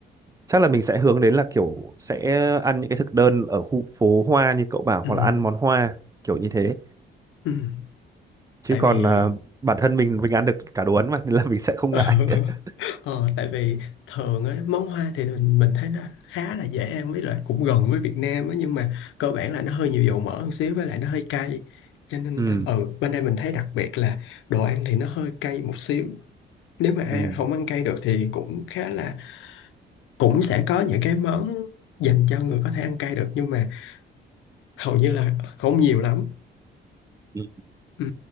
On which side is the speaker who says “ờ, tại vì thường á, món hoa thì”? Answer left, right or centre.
Left